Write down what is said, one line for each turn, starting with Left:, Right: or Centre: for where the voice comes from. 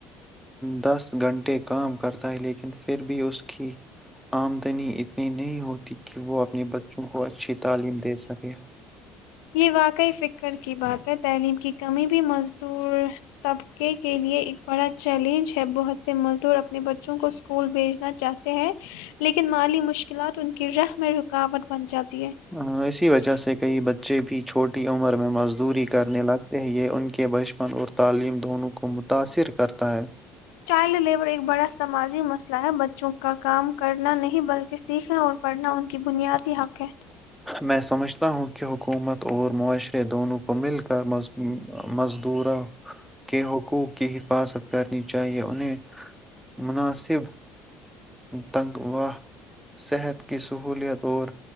Centre: دس گھنٹے کام کرتا ہے لیکن پھر بھی اس کی آمدنی اتنی نہیں ہوتی کہ وہ اپنی بچوں کو اچھی تعلیم دے سکے
Left: یہ واقعی فکر کی بات ہے تعلیم کی کمی بھی مزدور طبقے کے لیے ایک بڑا چیلنج ہے بہت سے مزدور اپنے بچوں کو اسکول بھیجنا چاہتے ہیں لیکن مالی مشکلات ان راہ میں رکاوٹ بن جاتی ہے
Centre: آ، اسی
Left: <unintelligible>
Centre: وجہ سے کئی بچے بھی چھوٹی عمر میں مزدوری کرنے لگتے ہیں یہ ان <unintelligible> کہ بچپن اور تعلیم دونوں کو متاثر کرتا ہے <unintelligible>
Left: چائلڈ لیبر ایک بڑا سماجی مسئلہ ہے بچوں کا کام کرنا نہیں بلکہ سیکھنا اور پڑھنا ان کی بنیادی حق ہے <unintelligible>
Centre: میں سمجھتا ہوں کہ حکومت اور معاشرے دونوں کمیل کرم <unintelligible> مزدوروں کے حقوق کی حفاظت کرنی چاہیے انہیں <unintelligible> مناسب <unintelligible> تنگواہ صحت کی سہولیت اور